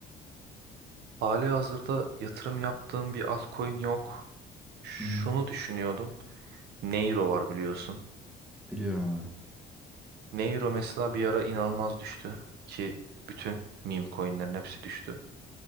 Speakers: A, on the right (about 75°); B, in the centre.
A: Hali hazırda yatırım yaptığım bir altcoin yok. Şunu
B: Hı hı.
A: düşünüyordum. Neiro var biliyorsun.
B: Biliyorum abi.
A: Neuro mesela bir ara inanılmaz düştü ki bütün meme coinlerin hepsi düştü.